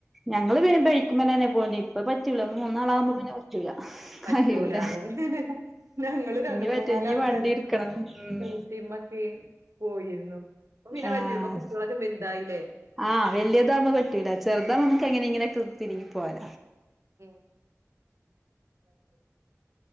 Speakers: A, in the centre; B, on the right.
A: ഞങ്ങള് ബൈക്ക്മ്മെന്നെ പോണ്ട് ഇപ്പ പറ്റൂല മൂന്നാളാകുമ്പോ പിന്നെ- റ്റൂല
B: പറ്റൂലാതെ
A: കഴൂല
B: ഞങ്ങള് രണ്ട്
A: ഇനി പറ്റ
B: മൂന്നാലാൾക്കാര്
A: ഇനി വണ്ടി എടുക്കണം ഉ-
B: <unintelligible> പോയിരുന്നു പ്പൊ പിന്നെ പറ്റൂല്ല
A: ആഹ്
B: പ്പൊ കുട്ട്യാളൊക്കെ വെല്തായ് ല്ലേ.
A: ആഹ് വലിയതാവ്പോ പറ്റൂല ചെറുതാ നമുക്ക് എങ്ങനെ ഇങ്ങനെ തിരികി പോര
B: ഉം <inaudible>